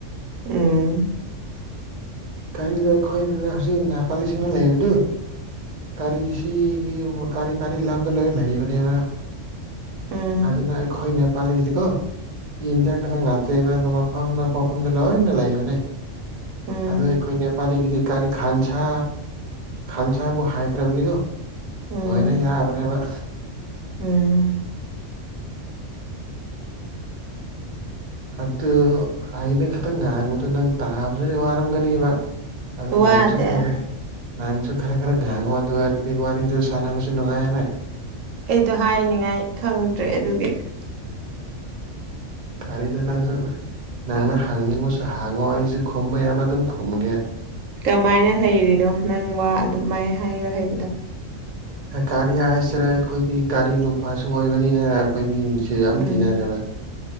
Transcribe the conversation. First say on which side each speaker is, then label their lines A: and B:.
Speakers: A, on the right; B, on the right.
A: ꯎꯝ
B: ꯒꯥꯔꯤꯗ ꯑꯩꯈꯣꯏꯅꯦ ꯍꯧꯖꯤꯛ ꯅꯦꯄꯥꯂꯤꯁꯤꯡꯅ ꯂꯩꯕꯗꯨ ꯀꯔꯤ ꯁꯤ ꯀꯔꯤ ꯀꯔꯤ ꯂꯝꯗ ꯂꯣꯏ ꯂꯩꯕꯅꯦꯕ ꯑ
A: ꯎꯝ
B: ꯑꯗꯨꯅ ꯑꯩ ꯈꯣꯏꯅꯦ ꯄꯦꯁꯤꯗꯤꯀꯣ ꯏ ꯏꯟꯗꯤꯌꯥ ꯈꯊ ꯅꯅꯥꯆꯦ ꯃꯐ ꯄꯐꯝꯗ ꯂ ꯍ ꯅ ꯂꯕꯅꯦ
A: ꯎꯝ
B: ꯑꯗꯣ ꯑꯩꯈꯣꯏ ꯅꯦꯄꯥꯂꯤꯒꯤꯗꯤ ꯀꯥꯔꯤ ꯈꯥꯟꯁꯥ ꯈꯥꯟꯁꯥꯕꯨ ꯍꯥꯏꯈ꯭ꯔꯕꯗꯤꯀꯣ
A: ꯎꯝ
B: ꯍꯣꯏꯅ ꯌꯥꯕꯅꯦꯕ
A: ꯎꯝ
B: ꯑꯗꯨ ꯑꯩꯅ ꯈꯤꯇꯪ ꯉꯥꯡꯕꯗꯣ ꯅꯪ ꯇꯥꯕꯗꯨꯗꯤ ꯋꯥꯔꯝꯒꯅꯦꯕ ꯑꯗ ꯅꯅꯥꯥꯡꯁꯨ
A: ꯋꯥꯗꯦ
B: ꯈ ꯅꯍꯪꯁꯨ ꯈꯔ ꯈꯔ ꯥꯡꯉꯨ ꯑꯗꯨ ꯑꯣꯏꯔꯗꯤ ꯋꯥꯔꯤꯗ ꯁꯥꯟꯅꯕꯁꯨ ꯅꯨꯡꯉꯥꯏꯌꯦꯅꯦ
A: ꯑꯩꯗꯣ ꯍꯥꯏꯅꯤꯡꯉꯥꯏ ꯈꯪꯗ꯭ꯔꯦ ꯑꯗꯨꯒꯤꯗꯤ
B: ꯀꯔꯤꯗꯣ ꯅꯪꯁꯨ ꯅꯪꯅ ꯍꯥꯡꯅꯤꯡꯕꯣꯁꯨ ꯍꯥꯡꯉꯣ ꯑꯩꯁꯨ ꯈꯝꯕꯩꯕ ꯑꯗꯨꯝ ꯈꯨꯝꯒꯦ
A: ꯀꯃꯥꯏꯅ ꯍꯩꯔꯤꯅꯣ ꯅꯪ ꯋꯥ ꯑꯗꯨꯃꯥꯏ ꯍꯥꯏꯕ ꯍꯩ
B: ꯒꯥꯔꯤ ꯍꯥꯏꯁꯤꯔ ꯑꯩꯈꯣꯏꯗꯤ ꯒꯥꯔꯤ ꯅꯨꯄꯥꯁꯨ ꯑꯣꯏꯕꯅꯤꯅ ꯑꯩꯈꯣꯏꯗꯤ ꯃꯤꯁꯨ ꯌꯥꯝ
A: ꯎꯝ
B: ꯇꯤꯟꯅꯔꯦꯕ